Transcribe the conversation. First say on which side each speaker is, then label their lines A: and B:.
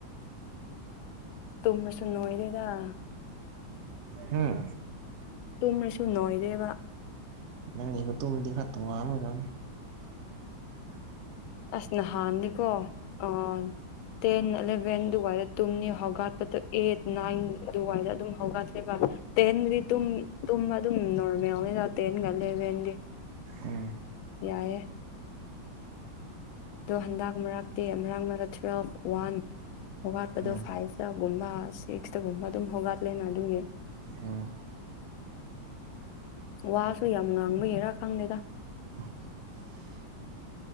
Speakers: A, on the left; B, on the right.
A: ꯇꯨꯝꯃꯁꯨꯨꯝꯅꯣꯏꯣꯏꯗꯦꯗ
B: ꯍꯨꯝ
A: ꯇꯨꯝꯅꯁꯨ ꯅꯣꯏꯔꯦꯕ
B: ꯅꯪꯦꯒ ꯇꯣꯝꯗꯤ ꯈꯇꯣ ꯉ ꯃꯅ
A: ꯑꯁ ꯅꯍꯥꯟꯅꯤꯀꯣ ꯑ ꯇꯦꯟ ꯑꯦꯂꯚꯦꯟ ꯑꯗꯨꯋꯥꯏꯗ ꯇꯨꯝꯅꯤ ꯍꯧꯒꯠꯄꯗꯣ ꯑꯩꯠ ꯅꯥꯏꯟ ꯑꯗꯨꯋꯥꯏꯗ ꯑꯗꯨꯝ ꯍꯧꯒꯠꯂ ꯇꯦꯡꯟꯔꯤ ꯇ ꯇ ꯑꯗꯨꯝ ꯅꯣꯃꯦꯦ ꯇꯦꯡꯦꯟꯒꯂꯦꯕꯟꯔꯤ
B: ꯍ
A: ꯌꯥꯏꯑꯌꯦꯦ ꯑꯗꯣ ꯍꯟꯗꯛ ꯃꯔꯛꯇꯦ ꯃꯔꯛ ꯃꯔ ꯇꯨꯋꯦꯜꯐ ꯋꯥꯟ ꯍꯧꯒꯠꯄꯗꯣ
B: ꯎꯝ
A: ꯐꯥꯏꯚꯇꯒꯨꯝꯕ ꯁꯤꯛꯁꯇꯒꯨꯝꯕ ꯑꯗꯨꯝ ꯍꯧꯒꯠꯂꯦꯅ ꯑꯗꯨꯒꯤ
B: ꯑꯣ
A: ꯋꯥꯁꯨ ꯌꯥꯝ ꯉꯥꯡꯕꯒꯤꯔꯥ ꯈꯪꯗꯦꯗ
B: <unintelligible>